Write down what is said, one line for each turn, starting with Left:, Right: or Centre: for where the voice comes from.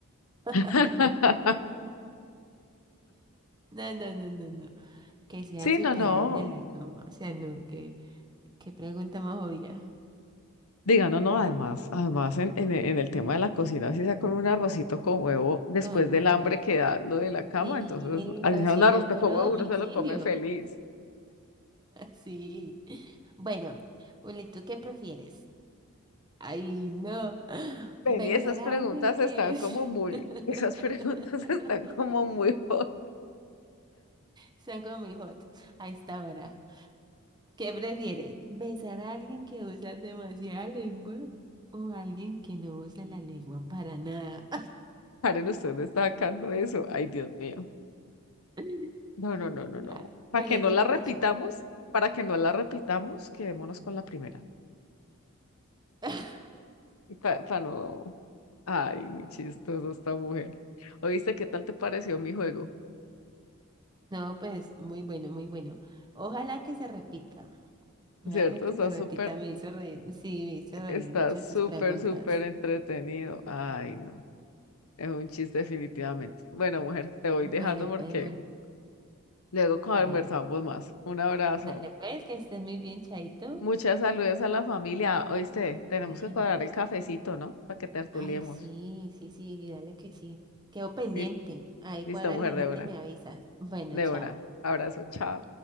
Left: <laughs>
Right: <laughs> No, no, no, no, no. no. Que sea
Left: Sí,
Right: súper
Left: no, no.
Right: hábil en la cama. O sea, no, que, qué pregunta más obvia.
Left: Diga, no, no, además, además en, en, el en el tema de la cocina, si sea con un arrocito con huevo, después
Right: Con
Left: del
Right: huevo.
Left: hambre que da lo de la cama,
Right: Sí,
Left: entonces, así
Right: o
Left: sea
Right: si
Left: un arrocito
Right: no, puro
Left: con huevo,
Right: domicilio.
Left: uno se lo come feliz.
Right: Sí. <laughs> Bueno, Uli, ¿tú qué prefieres? Ay, no. <gasps>
Left: Ven,
Right: Besar
Left: y esas
Right: a
Left: preguntas
Right: alguien que
Left: están como muy,
Right: <laughs>
Left: esas preguntas <laughs> están como muy <laughs> hot.
Right: son como muy hot a esta hora. ¿Qué prefieres? ¿Besar a alguien que usa demasiada lengua o a alguien que no usa la lengua para nada?
Left: Karen, usted me está sacando eso. Ay, Dios mío.
Right: <laughs>
Left: No, no, no, no, no.
Right: Ah, Bueno,
Left: Para que
Right: hay
Left: no
Right: que
Left: la
Right: aprovechar.
Left: repitamos, para que no la repitamos, quedémonos con la primera.
Right: <laughs>
Left: para no. Ay, muy chistoso esta mujer. Oíste, ¿qué tal te pareció mi juego?
Right: No, pues muy bueno, muy bueno. Ojalá que se repita. Ojalá
Left: ¿Cierto?
Right: que
Left: Está
Right: se repita.
Left: súper,
Right: Me hizo reír. Sí, me hizo reír
Left: está
Right: mucho
Left: súper,
Right: tus preguntas.
Left: súper entretenido. Ay, no. Es un chiste definitivamente. Bueno, mujer, te voy
Right: Bueno,
Left: dejando porque
Right: pues, Juli,
Left: luego conversamos
Right: dale.
Left: más. Un abrazo.
Right: Dale, pues, que estés muy bien, Chaito.
Left: Muchas saludes a la familia. Oíste, tenemos
Right: Bueno.
Left: que cuadrar el cafecito, ¿no? Para que tertuliemos.
Right: Ay, sí, sí, sí, dale que sí. Quedo pendiente.
Left: Lis-
Right: Ahí
Left: Listo,
Right: cuadra
Left: mujer
Right: la agenda
Left: de una.
Right: y me avisas. Bueno,
Left: De
Right: chao.
Left: una. Abrazo. Chao.